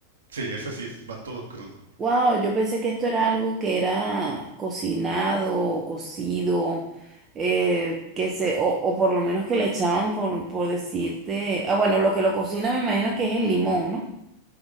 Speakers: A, on the right; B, on the right.
A: Sí, ese sí, va todo crudo.
B: Wow, yo pensé que esto era algo que era cocinado o cocido, eh, que se, o, o por lo menos que le echaban por, por decirte. Ah, bueno, lo que lo cocina me imagino que es el limón, ¿no?